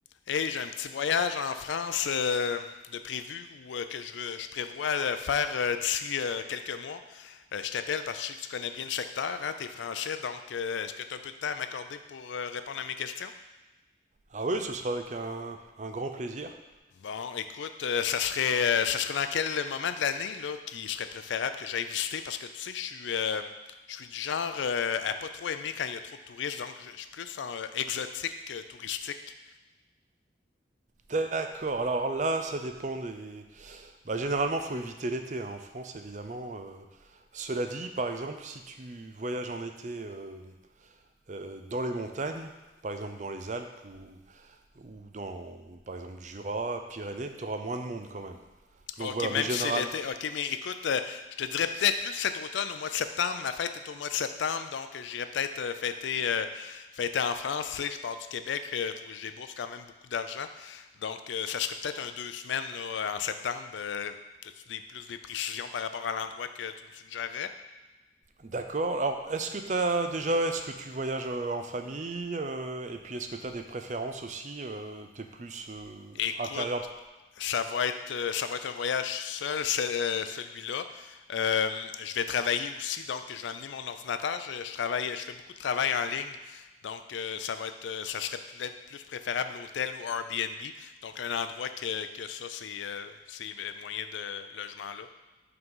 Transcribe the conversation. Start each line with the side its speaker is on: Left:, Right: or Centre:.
Left: Hey, j'ai un petit voyage en France euh, de prévu ou euh, que je, veux- je prévois euh, faire euh, d'ici euh, quelques mois. Euh, je t'appelle parce que je sais que tu connais bien le secteur, hein, t'es français, donc euh, est-ce que tu as un peu de temps à m'accorder pour euh, répondre à mes questions?
Right: Ah oui, ce sera avec un, un grand plaisir.
Left: Bon, écoute, euh, ça serait euh, ça serait dans quel moment de l'année là qui serait préférable que j'aille visiter parce que tu sais, je suis euh, je suis du genre euh, à pas trop aimer quand il y a trop de touristes, donc je je suis plus en euh, exotique que touristique.
Right: D'accord, alors là, ça dépend des... Bah, généralement, faut éviter l'été hein, en France, évidemment. euh. Cela dit, par exemple, si tu voyages en été euh, euh, dans les montagnes, par exemple dans les Alpes ou, ou dans, par exemple, Jura, Pyrénées, tu auras moins de monde quand même. Donc
Left: OK,
Right: voilà,
Left: même
Right: mais général.
Left: si c'est l'été. OK, mais écoute, euh, je te dirais peut-être plus cet automne, au mois de septembre. Ma fête est au mois de septembre, donc euh, j'irai peut-être euh, fêter, euh, fêter en France. Tu sais, je pars du Québec, il faut que je débourse quand même beaucoup d'argent. Donc, euh, ça serait peut-être un deux semaines là, en septembre. Euh, As-tu des, plus des précisions par rapport à l'endroit que tu me suggérerais?
Right: D'accord. Alors, est-ce que t'as déjà, est-ce que tu voyages euh, en famille euh, et puis est-ce que tu as des préférences aussi euh, T'es plus euh,
Left: Écoute,
Right: intérieur
Left: ça va être euh, ça va être un voyage seul, ce- euh, celui-là. Euh, je vais travailler aussi, donc je vais amener mon ordinateur. Je, je travaille, je fais beaucoup de travail en ligne, donc euh, ça va être, euh, ça serait pl- plus préférable l'hôtel ou Airbnb, donc un endroit que, que ça, c'est euh, ces moyens de logement là.